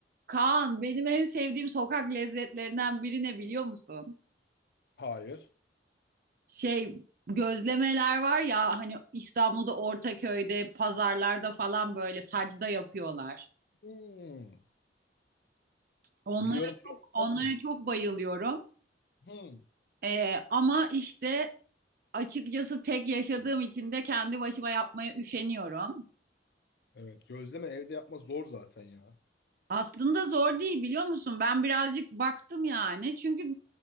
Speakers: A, on the right; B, on the left.
A: Kaan benim en sevdiğim sokak lezzetlerinden biri ne biliyor musun?
B: Hayır.
A: Şey gözlemeler var ya hani İstanbul'da Ortaköy'de pazarlarda falan böyle sacda yapıyorlar.
B: Hmm.
A: Onlara
B: Biliyorum biliyorum.
A: çok onlara
B: Bilmez miyim?
A: çok bayılıyorum.
B: Hmm.
A: Ee, ama işte açıkçası tek yaşadığım için de kendi başıma yapmaya üşeniyorum.
B: Evet gözleme evde yapmak zor zaten ya.
A: Aslında zor değil biliyor musun? Ben birazcık baktım yani. Çünkü